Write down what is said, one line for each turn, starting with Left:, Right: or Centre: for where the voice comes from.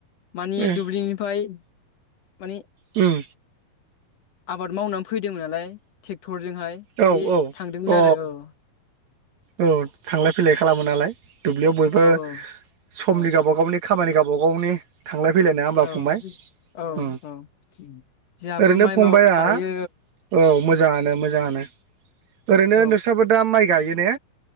Left: मानि
Right: ए
Left: दुब्लिनिफ्राय माने
Right: उम
Left: आबाद मावनानै फैदोंमोन नालाय ट्रेक्टरजोंहाय
Right: औ
Left: बे
Right: औ
Left: थांदोंमोन
Right: अ
Left: आरो औ‌
Right: औ थांलाय फैलाय खालामो नालाय दुब्लियाव बयबो
Left: औ
Right: समनि
Left: औ
Right: गावबा गावनि खामानि गावबा गावनि थांलाय फैलाय नङा होमबा
Left: औ
Right: फंबाय
Left: औ
Right: उम
Left: औ जोंहाबो
Right: ओरैनो
Left: माइ
Right: फंबाया
Left: माव गायो
Right: औ मोजाङानो मोजां। मोजाङानो ओरैनो
Left: औ
Right: नोंस्राबो दा माइ गायो ने?